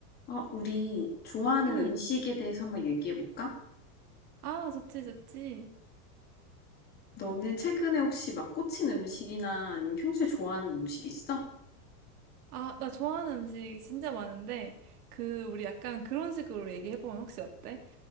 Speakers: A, on the left; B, on the right.
A: 어, 우리 좋아하는
B: 응.
A: 음식에 대해서 한번 얘기해 볼까?
B: 아, 좋지, 좋지.
A: 너는 최근에 혹시 막 꽂힌 음식이나 아니면 평소에 좋아하는 음식 있어?
B: 아, 나 좋아하는 음식 진짜 많은데, 그, 우리 약간 그런 식으로 얘기해보면 혹시 어때?